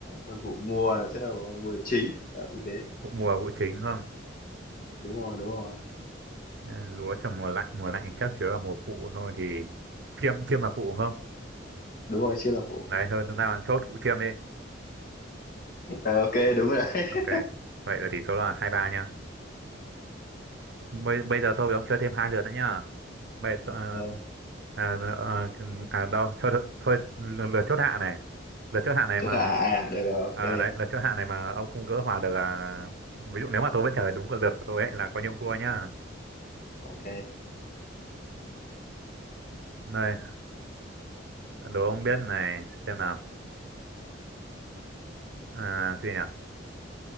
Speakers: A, on the left; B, on the right.
A: Còn vụ mùa sẽ là mùa chính, kiểu như thế.
B: vụ mùa vụ chính không?
A: đúng rồi đúng rồi
B: Ừ, Lúa trồng mùa lạnh, mùa lạnh chắc chứa vào mùa phụ thôi thì chiêm chiêm là phụ không?
A: đúng rồi chia là phụ
B: Đấy thôi chúng ta chốt vụ chiêm đi.
A: Ờ, ok đúng rồi đấy <laughs>
B: Ok. Vậy là tỷ số là hai ba nha. Bây, bây giờ tôi với ông chơi thêm hai lượt nữa nhá. Bây, ờ,
A: Ờ,
B: à, à, à đâu thôi thôi, thôi lượt lượt chốt hạ này lượt chốt hạ này
A: chỗ
B: mà
A: thả à được rồi ok
B: à, đấy lượt chốt hạ này mà ông không gỡ hòa được là ví dụ nếu mà tôi vẫn trả lời đúng cái lượt của tôi ấy là coi như ông thua nhá
A: ok
B: đây đố ông biết này xem nào à cái gì nhỉ